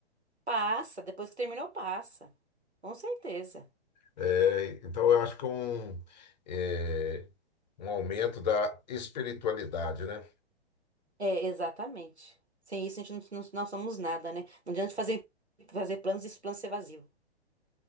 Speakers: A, on the right; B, on the left.
A: passa, depois que terminou, passa. Com certeza.
B: É, então, eu acho que é um, é, um aumento da espiritualidade, né?
A: É, exatamente. Sem isso a gente não, não, não somos nada, né? Não adianta fazer, fazer planos e esse plano ser vazio.